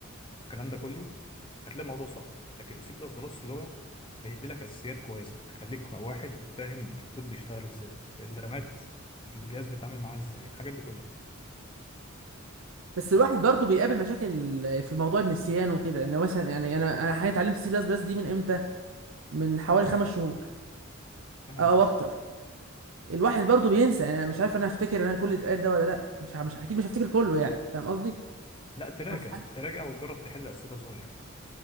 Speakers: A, on the left; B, on the right.
A: الكلام ده كله هتلاقي الموضوع صعب لكن سي بلس بلس لغة بيدي لك اساسيات كويسه تخليك واحد فاهم الكود بيشتغل ازاي الرامات الجهاز بيتعامل معاه ازاي الحاجات دي كلها
B: بس الواحد برضه بيقابل مشاكل في موضوع النسيان وكده يعني مثلا يعني انا انا حاليا اتعلمت سي بلس بلس دي من امتى من حوالي خمس شهور
A: تمام
B: او اكتر الواحد برضه بينسى يعني انا مش عارف انا هفتكر انا كل اللي اتقال ده ولا لا مش ه- مش اكيد مش هفتكر كله يعني فاهم قصدي
A: لا تراجع
B: هفعل-
A: تراجع وتجرب تحل اسئله صغيره